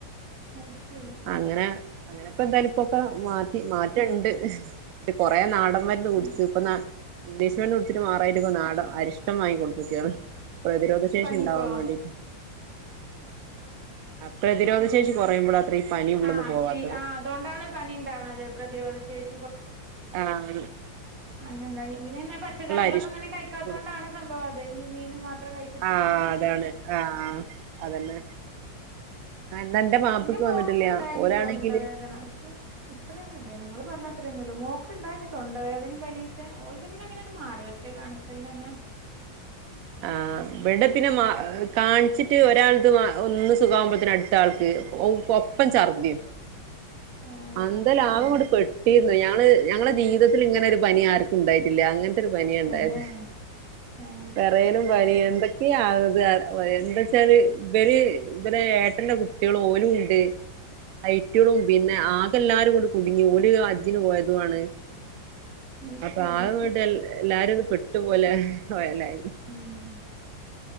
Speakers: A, on the right; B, on the right.
A: അത് ശരി
B: അങ്ങനെ അങ്ങനെ ഇപ്പൊ എന്തായാലും ഇപ്പൊക്കെ മാറ്റി മാറ്റണ്ട് കുറേ നാടൻ മരുന്ന് കുടിച്ചു
A: ആ
B: ഇപ്പൊ നാ ഇംഗ്ലീഷ്മെന്റ് കൊടുത്തിട്ട് മാറായിട്ട ഇപ്പോ നാട അരിഷ്ടം വങ്ങി കൊടുത്തക്ക പ്രതിരോധ ശേഷി
A: പനിക്കോ
B: ഉണ്ടാവാൻ വേണ്ടിട്ട് പ്രതിരോധ
A: ആ
B: ശേഷി കുറയുമ്പോൾ അത്ര ഈ പനി ഉള്ളന്ന്
A: ആ
B: പോവാത്തത്
A: ശ ആ അതൊണ്ടാണ് പനി ഉണ്ടാവുന്നത് പ്രതിരോധ ശേഷി
B: ആഹ
A: അങ്ങനെ എന്ത പിന്നന്നെ പച്ചക്കറികളൊന്നും
B: അരിഷ്ടവും
A: അനെ കഴിക്കാത്ത കൊണ്ടാണ് സംഭവം അത് ഈ മീന് മാത്രം കഴ
B: ആഹ അതാണ് ആഹ അതന്നെ എന്നാ എന്റെ മാപ്പിൾക്ക്
A: ഇന്റെ മോൾക്ക്
B: വന്നിട്ടില്ല
A: ഇണ്ടായന്
B: ഓരാണെങ്കില്
A: തൊണ്ട വേദന പക്ഷെ ഇത്രയൊന്നുമ ഇല്ല നിങ്ങള്ൾ പറഞ്ഞത്രൊന്നുംല്ല മോക്ക് ഇണ്ടായ തൊണ്ടവേദനയും പനിയൊക്കെ ഉഓൾത് പിന്നെ അങ്ങനെയാണ് മാറി ഒറ്റേ കാണിക്കല തന്നെ
B: ആ് ഇവിടെ പിന്നെ കാണിച്ചിട്ട് ഒരാൾത് ഒന്ന് സുഖമാകുമ്പോഴത്തന അടുത്ത ആൾക്ക് ഓ ഒപ്പം ചർധിം
A: ഏ
B: അന്ത
A: അതൊന്നുംല്ലേന്നു
B: ലാഭം കൂടെ പെട്ടിരുന്നു ഞങ്ങള് ഞങ്ങളുടെ ജീവിതത്തിൽ ഇങ്ങനെ ഒരു പനി ആർക്കും ഉണ്ടായിട്ടില്ല അങ്ങനെ അങ്ങനെ രു പനിയ ഉണ്ടായത്
A: തന്നെ ഏ
B: വേറെയലും പനി എന്തൊക്കെയാത് എന്താ വച്ചാല് ഇര് ഇ ഏട്ട കുട്ടികൾ ഓലും ഉണ്ട് ഐറ്റോളും പിന്നെ ആകെല്ലാരും കൂടി കുണ്ടുങ്ങി ഓലി അജ്ജിന് പോയതുണ്
A: അത്
B: അപ്പൊ
A: ശരി
B: ആ വീട്ട എല്ലാരും ഇത് പെട്ടുപോലെ പോയലായി
A: ഉം